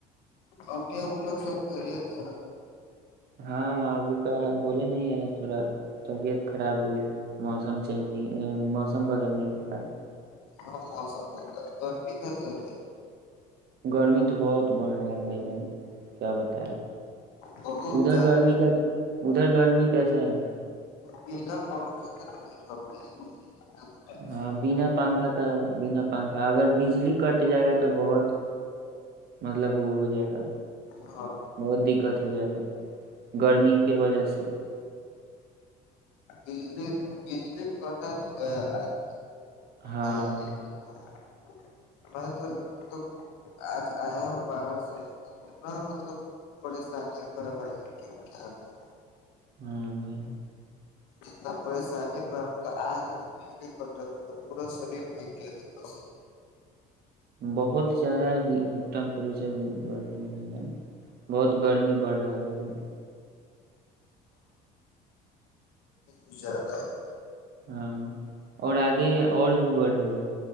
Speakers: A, on the left (about 85°); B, on the right (about 60°).
A: ابنی بولک سب خری تھا
B: ہاں ابو کا بولے نہیں یار تھوڑا طبیعت خراب ہو گیا موسم چینج نہیں موسم بدلنے کے ک
A: ہاں موسم ب گرمی کس ہو
B: گرمی تو بہت بڑھ رہا ہے بھائی بن کیا بتایا
A: بہت
B: ادھر
A: زیادہ
B: گرمی کا ادھر گرمی کیسا ہے
A: بنا پنکھا کا تو نہیں رہ پائے گا بھائی اتنا تو فکس
B: ہاں
A: ہے
B: بنا پنکھا تو بنا پنکھا اگر بجلی کٹ جائے گا تو بہت مطلب وہ ہو جائے گا
A: ہاں
B: بہت دقت ہو جائے گا گرمی کے وجہ سے
A: بجلی بجلی کٹا تو گیا آدمی
B: ہاں
A: بھائی
B: <unintelligible>
A: لیکن ہاں، میں تو مطلب آج آیا ہوں باہر سے نہ مطلب پریشانی ب بھائی ب <inaudible>
B: ہاں ب ج <inaudible>
A: جتنا پریشانی تو آتے تو بجلی کٹ پورا شریر م گیا پ
B: بہت زیادہ ہی ٹیمپریچر بڑھ رہا ہے گا بہت گرمی بڑھ رہا ہے گا
A: اشا <inaudible>
B: ہاں اور آگے اور بھی بڑھے گا